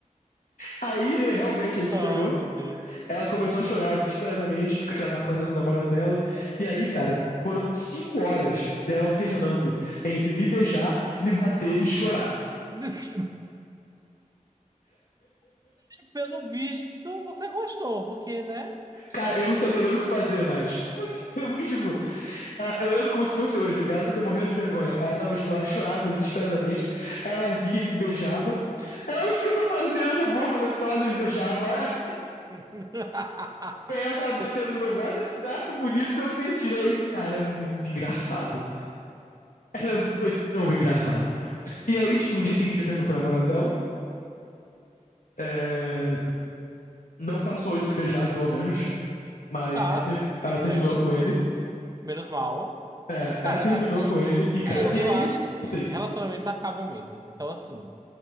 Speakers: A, on the left (about 75°); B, on the right (about 25°).
A: Aí realmente ele se
B: Ai,
A: pegou.
B: meu Deus.
A: Ela começou a chorar desesperadamente porque ela tava fazendo com o namorado dela. E aí, cara, foram cinco horas dela alternando entre me beijar, me bater e chorar.
B: <laughs> Pelo visto, você gostou, porque, né?
A: Cara, eu não sabia nem o que fazer mais. <laughs> Eu fiquei tipo, ela- eu lembro como se fosse hoje. Ela fica morrendo de vergonha. Ela tava, tipo, ela chorava desesperadamente. Ela vinha e me beijava. Ela, o que que eu tô fazendo? Essa boca gostosa me beijava. Ah,
B: <laughs>
A: e Aí ela acaba batendo no meu braço, esse braço bonito, eu não tenho esse direito. Cara, é muito engraçado. Era muito tão engraçado. E aí, tipo, no dia seguinte ela terminou com a namorada dela. É, Não passou de se beijar, pelo menos. Mas
B: Tá,
A: ela, ter-
B: tudo
A: ela terminou
B: bem,
A: com
B: menos,
A: ele.
B: menos mal.
A: É, ela
B: Cara,
A: terminou
B: a- é-
A: com ele. E, cara,
B: eu,
A: e
B: eu
A: aí,
B: acho assim,
A: assim.
B: relacionamentos acabam mesmo. Então, assim,